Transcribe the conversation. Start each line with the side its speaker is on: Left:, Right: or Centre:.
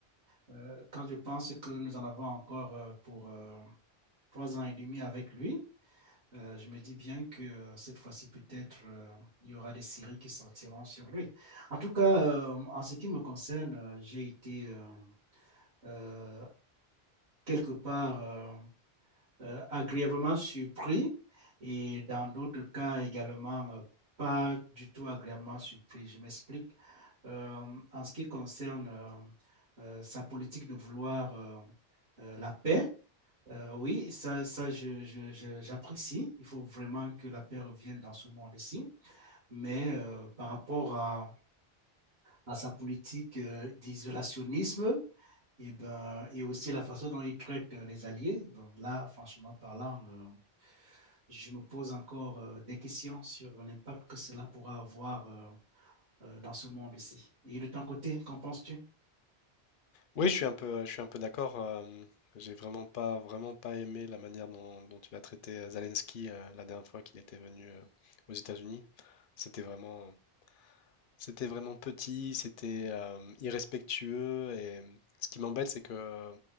Right: Euh, quand je pense que nous en avons encore euh, pour euh, trois ans et demi avec lui, euh, je me dis bien que euh, cette fois-ci, peut-être, euh, il y aura des séries qui sortiront sur lui. En tout cas, euh, en ce qui me concerne, euh, j'ai été euh, euh, quelque part euh, euh, agréablement surpris et dans d'autres cas également euh, pas du tout agréablement surpris. Je m'explique. Euh, en ce qui concerne euh, euh, sa politique de vouloir euh, euh, la paix, euh, oui, ça, ça je- je- je- j'apprécie. Il faut vraiment que la paix revienne dans ce monde-ci. Mais euh, par rapport à, à sa politique euh, d'isolationnisme, et, ben, et aussi la façon dont il traite euh, les alliés, bon, là, franchement parlant, euh, je me pose encore euh, des questions sur l'impact que cela pourra avoir euh, euh, dans ce monde-ci. Et de ton côté, qu'en penses-tu?
Left: Oui, je suis un peu, je suis un peu d'accord. euh, j'ai vraiment pas, vraiment pas aimé la manière dont, dont il a traité euh, Zelensky euh, la dernière fois qu'il était venu euh, aux États-Unis. C'était vraiment, C'était vraiment petit, c'était euh, irrespectueux et euh, ce qui m'embête, c'est que euh,